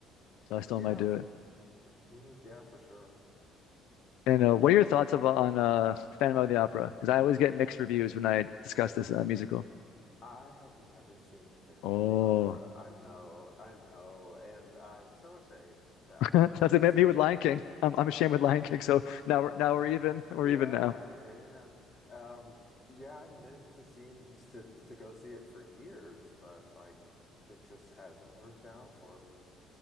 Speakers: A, on the left; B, on the left.
A: so I still
B: Yeah,
A: might do
B: f
A: it.
B: mhm, yeah, for sure.
A: And uh, what are your thoughts of, uh, on uh, Phantom of the Opera? Because I always get mixed reviews when I discuss this uh, musical.
B: I have never seen Phantom
A: Oh,
B: of the Opera. I know, I know, and I'm so ashamed that
A: <laughs>
B: I
A: that's
B: have never
A: it.
B: seen
A: Me with Lion
B: it.
A: King. I'm, I'm ashamed with Lion King. So now we're now we're even.
B: <laughs>
A: <laughs> We're
B: Yeah,
A: even now.
B: yeah. Um, yeah, I meant to seen to to go see it for years, but like it just hasn't worked out for me.